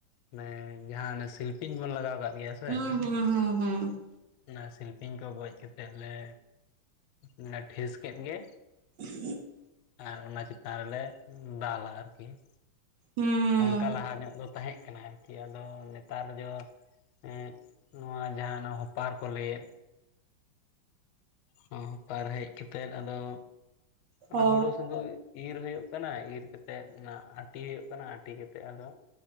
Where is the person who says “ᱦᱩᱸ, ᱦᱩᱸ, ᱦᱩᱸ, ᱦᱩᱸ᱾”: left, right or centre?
Right